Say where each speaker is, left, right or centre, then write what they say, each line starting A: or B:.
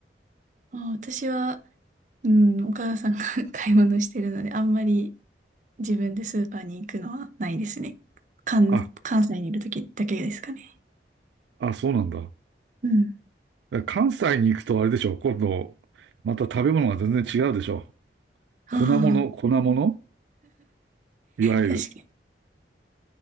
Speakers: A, on the right; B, on the right.
A: あー私は、うん、お母さんが <laughs> 買い物してるので、あんまり自分でスーパーに行くのはないですね。関、
B: あ、
A: 関西にいるときだけですかね。
B: あ、そうなんだ。
A: うん。
B: 関西に行くとあれでしょ。今度、また食べ物が全然違うでしょ。粉物、
A: あ
B: 粉物いわゆる。
A: あ、確かに。